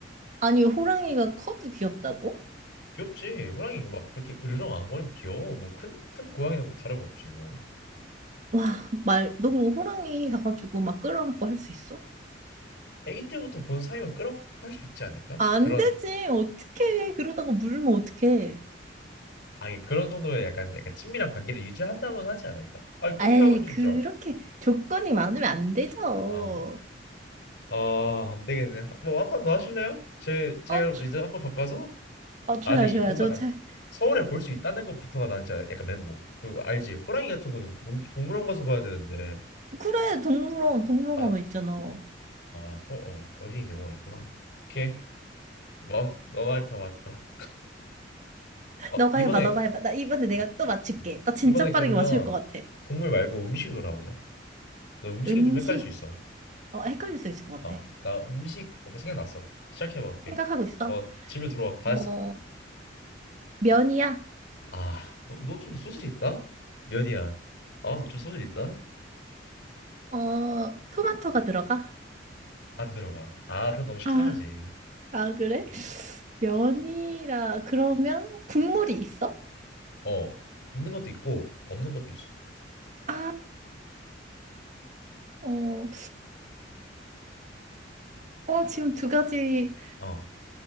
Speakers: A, on the right; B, on the left.
A: 아니, 호랑이가 커도 귀엽다고?
B: 귀엽지 호랑이 막 그렇게 으르렁 안 거리면 귀여워 뭐 큰 큰 고양이는 뭐 다름없지 뭐
A: 와, 말, 너 그리고 호랑이 가가지고 막 끌어안고 할 수 있어?
B: 아기 때부터 본 사이면 끌어안고 할 수 있지 않을까?
A: 안
B: 좀 그런
A: 되지. 어떡해. 그러다가 물면 어떡해.
B: 아, 예, 그런 정도의 약간 약간 친밀한 관계를 유지한다면 하지 않을까? 아, 그렇게
A: 에이,
B: 하면 진짜
A: 그렇게 조건이 많으면 안 되죠.
B: 아, 아, 안 되겠네. 뭐 한 번 더 하실래요? 제 제가
A: 어, 줘-
B: 이제 한 번 바꿔서
A: 어, 줘야,
B: 아, 근데 이게
A: 줘야저
B: 너무 약간
A: 잘.
B: 서울에 볼 수 있다는 것부터가 나 진짜 약간 멘붕. 그 알지? 호랑이 같은 거는 농- 동물원 가서 봐야 되는데
A: 그래, 동물원, 동물원
B: 아,
A: 가면 있잖아.
B: 아, 서, 어, 어린이 대공원 있구나. 오케이. 뭐, 너말 다 맞다. 어,
A: 너가
B: 이번에
A: 해봐, 너가 해봐. 나 이번에 내가
B: 어,
A: 또 맞출게.
B: 어.
A: 나 진짜
B: 이번에 그러면
A: 빠르게 맞출 것 같아.
B: 동물 말고 음식으로 하자. 너 음식이
A: 음식,
B: 좀 헷갈릴 수 있어.
A: 어, 헷갈릴 수 있을 것
B: 어,
A: 같아.
B: 나 음식 뭔가 생각났어. 시작해봐, 오케이.
A: 생각하고 있어.
B: 어, 질문 들어와. 다
A: 어,
B: 했어.
A: 면이야.
B: 아, 너, 너 좀 소질 있다? 면이야. 아, 너 좀 소질 있다?
A: 어, 토마토가 들어가.
B: 안 들어가. 아, 그럼 너무 식상하지.
A: 아, 아, 그래? 면이라, 그러면 국물이 있어?
B: 어, 있는 것도 있고, 없는 것도 있어.
A: 아, 어, 어, 지금 두 가지로,
B: 어,